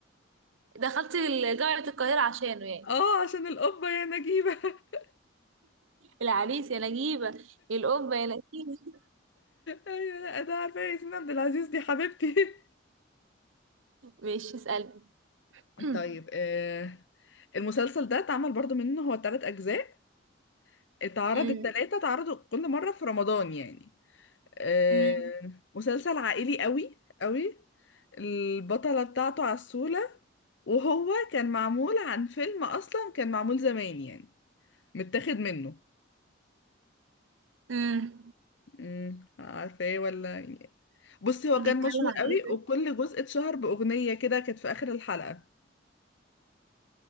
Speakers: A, on the right; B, on the left.
A: دخلت ال- جامعة القاهرة عشانه يعني
B: <laughs> اه عشان القبة يا نجيبة <laughs>
A: العريس يا نجيبة الأم يا نسيمة
B: ايوه لا ده عارفة ياسمين عبد العزيز دي حبيبتي <laughs>
A: ماشي اسألني <clears throat>
B: طيب آه المسلسل ده اتعمل برضو منه هو تلات اجزاء اتعرض
A: أمم،
B: التلاتة اتعرضوا كل مرة في رمضان يعني آه،
A: أمم،
B: مسلسل عائلي قوي قوي البطلة بتاعته عسولة وهو كان معمول عن فيلم أصلا كان معمول زمان يعني متاخد منه
A: أمم.
B: امم عارفة ايه ولا يعني بصي هو
A: بيتكلم
B: كان مشهور
A: عن
B: قوي
A: ايه ده؟
B: وكل جزء اتشهر بأغنية كده كانت في آخر الحلقة